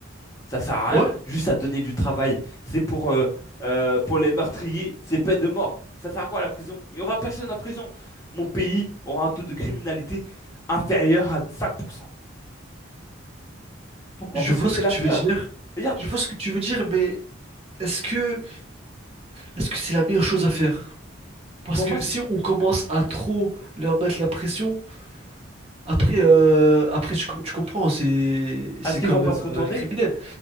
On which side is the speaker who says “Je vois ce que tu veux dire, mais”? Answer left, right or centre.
Right